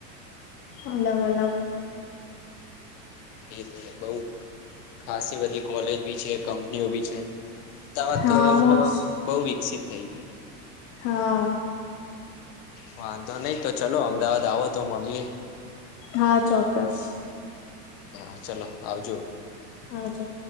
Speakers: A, on the left; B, on the left.
A: અલગ અલગ
B: એ તો બોવ ખાસી બધી કોલેજ બી છે કંપનીઓ બી છે અમદાવાદ
A: હા
B: તો હવે મતલબ
A: મોસ્ટ
B: બોવ વિકસિત થઈ ગયું
A: હા
B: વાંધો નહી તો ચલો અમદાવાદ આવો તો મલીએ.
A: હા ચોક્કસ
B: <inaudible> ચલો આવજો
A: હા ચોક્કસ